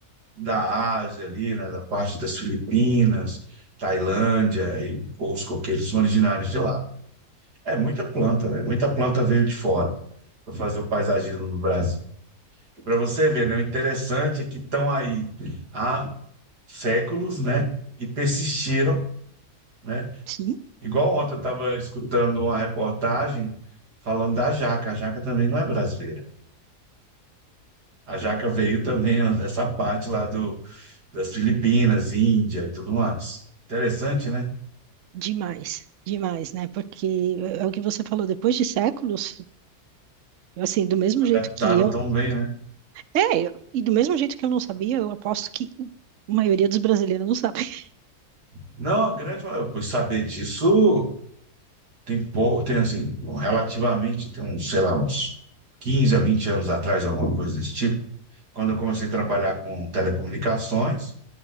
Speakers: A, on the right; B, on the right.
A: da Ásia ali, né? Da parte das Filipinas, Tailândia, e os coqueiros são originários de lá. É muita planta, né? Muita planta veio de fora para fazer o paisagismo do Brasil. E para você ver, né? O interessante é que estão aí há séculos, né? E persistiram, né?
B: Sim,
A: Igual ontem eu estava escutando uma reportagem falando da Jaca. A Jaca também não é brasileira. A Jaca veio também ó, dessa parte lá do, das Filipinas, Índia e tudo mais. Interessante, né?
B: demais, demais, né? Porque é o que você falou, depois de séculos, assim, do mesmo
A: Adaptaram
B: jeito que eu.
A: tão bem, né?
B: É, eu- e do mesmo jeito que eu não sabia, eu aposto que a maioria dos brasileiros não sabe. <laughs>
A: Não, a grande maioria. Por saber disso, tem pouco, tem assim, bom, relativamente, tem uns, sei lá, uns 15 a 20 anos atrás, alguma coisa desse tipo. Quando eu comecei a trabalhar com telecomunicações,